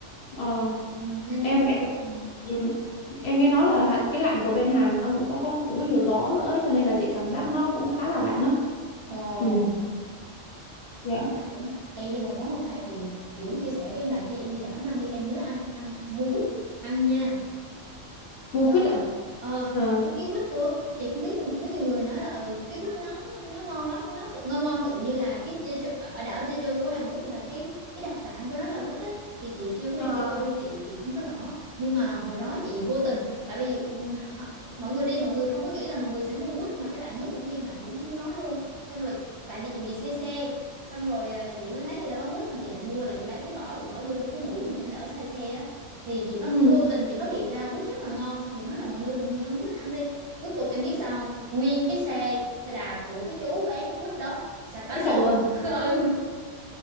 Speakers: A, on the left; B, on the right.
A: Ờ.
B: ừ, nên
A: em
B: em cảm
A: em
B: ừ.
A: ừ, em nghe nói là hạn- cái lạnh của bên Hàn nó cũng có, có cũng có nhiều gió nữa ấy, cho nên là chị cảm giác nó cũng khá là lạnh đó
B: Ồ,
A: ừ dạ
B: tính ra cũng Ê, nhưng mà có một cái chị chị muốn chia sẻ với em là khi em đi đảo Nam Mi em nhớ ăn ăn mua quýt ăn nha
A: mua
B: Rồi.
A: quýt ạ
B: Ờ,
A: ờ
B: cái cái quýt của chị không biết có nhiều người nói là ừ, cái quýt nó nó ngon lắm nó tự, ngon ngon tự như là cái Jeju, ở đảo Jeju của Hàn Quốc là cái cái đặc sản của nó là quýt á thì chị chưa có
A: Ờ,
B: đi Jeju nên chị chị không có rõ nhưng mà hồi đó chị vô tình tại vì ừ, họ- mọi người đi mọi người không có nghĩ là mọi người sẽ mua quýt mà các bạn hướng dẫn viên bạn cũng không có nói luôn xong rồi tại vì chị bị say xe xong rồi ờ, chị mới thấy người ta bán quýt xong chị định mua là chị lấy cái vỏ chị bỏ vô trong cái mũi mình cho nó đỡ say xe á thì chị phát
A: ừ
B: vô tình chị phát hiện ra quýt rất là ngon xong chị nói là mọi người mọi người ơi mua quýt ăn đi cuối cùng em biết sao không nguyên cái xe xe đạp của cái chú bán quýt đó sạch bách
A: cái
B: luôn
A: sạch luôn
B: <laughs> ừ.